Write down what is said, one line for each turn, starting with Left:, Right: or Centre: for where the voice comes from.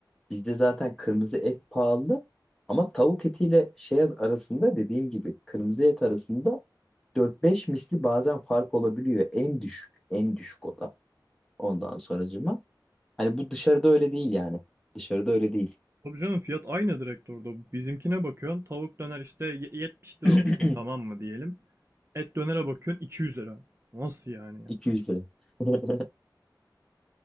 Centre: Bizde zaten kırmızı et pahalı ama tavuk etiyle şey arasında dediğim gibi kırmızı et arasında dört beş misli bazen fark olabiliyor. En düşük, en düşük o da. Ondan sonracığıma. Hani bu dışarıda öyle değil yani. Dışarıda öyle değil.
Right: Tabii canım fiyat aynı direkt orada. Bizimkine bakıyorsun tavuk döner işte ye- 70 lira
Centre: <clears throat>
Right: olsun tamam mı diyelim. Et dönere bakıyorsun 200 lira. Nasıl yani ya?
Centre: 200 lira. <laughs>